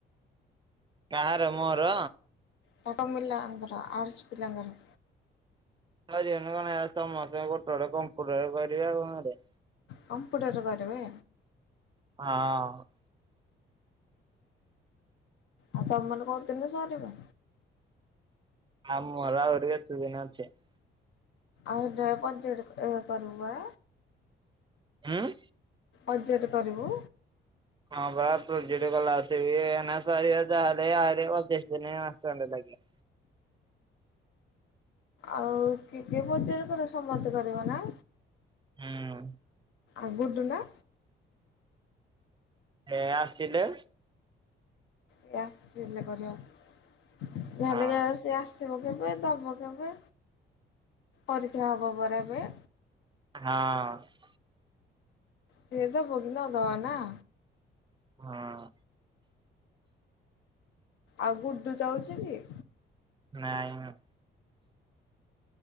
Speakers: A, on the right; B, on the left.
A: କାହାର ମୋର?
B: ତାଙ୍କ ମିିଲା ଆଙ୍କର ଆର୍ଟ୍ସ ପିଲାଙ୍କର।
A: <unintelligible> ସମସ୍ତେ ଗୋଟେ କମ୍ପୁଟର କରିବେ ଆଉ କ କରିବେ।
B: କମ୍ପ୍ୟୁଟର କରିବେ?
A: ହଁ
B: ଆଉ ତମ ମାନେ କହୁଥିନି ସରିବ
A: ଆଉ ମୋର ଆଉ <unintelligible>
B: ଆଉ ଏବେ ପଞ୍ଚଡ କରିବା।
A: ଉଁ
B: ଅଜେଟ କରିବୁ
A: ହଁ ବା ପ୍ରୋକେଟ୍ ଗଲା ଆସିକି ନା କରିବେ ଜାହେଲେ ଆହୁରି ପଚିଶ ଦିନ ମାସେ ଖଣ୍ଡେ ଲାଗିବ।
B: ଆଉ କେତେ ପଜାର କଣ ସମତେ କରିବ ନା?
A: ହୁଁ।
B: ଆଗଠୁ ନା?
A: ଏ ଆସିଲେ।
B: ଏ ଆସିଲେ କରିବ ଏ
A: ହଁ
B: ଆଲେରିଆ ସ ସେ ଆସିବ କେବେ ଦବ କେବେ? ପରୀକ୍ଷା ହେବ ପରା ଏବେ?
A: ହଁ।
B: ସେ ଏବେ <unintelligible> ନାଁ।
A: ହଁ।
B: ଆଉ ଗୁୁଡୁ ଯାଉଚି କି?
A: ନଇଁ ମ